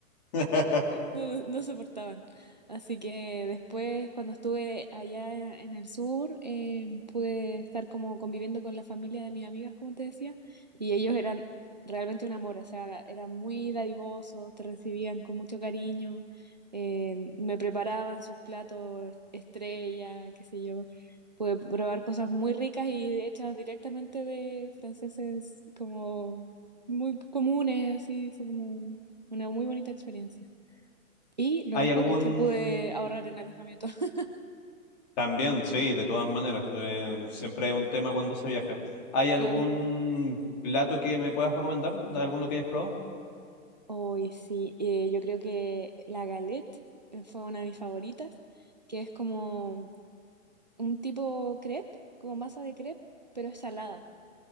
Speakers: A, on the left; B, on the right.
A: <laughs>
B: No, no, no soportaban. Así que después, cuando estuve allá en el sur, eh, pude estar como conviviendo con la familia de mis amigas, como te decía, y ellos eran realmente un amor, o sea, eran muy dadivosos, te recibían con mucho cariño, eh, me preparaban sus platos estrella, qué sé yo. Pude probar cosas muy ricas y hechas directamente de franceses como muy comunes, así, fue como una muy bonita experiencia. Y lo
A: ¿Hay
B: mejor
A: algún...
B: es que pude ahorrar en alojamiento, <laughs>
A: También, sí, de todas maneras, eh, siempre es un tema cuando se viaja. ¿Hay algún
B: claro.
A: plato que me puedas recomendar? ¿De alguno que hayas probado?
B: Hoy sí, eh, yo creo que la galette eh, fue una de mis favoritas, que es como un tipo crepe, como masa de crepe, pero es salada.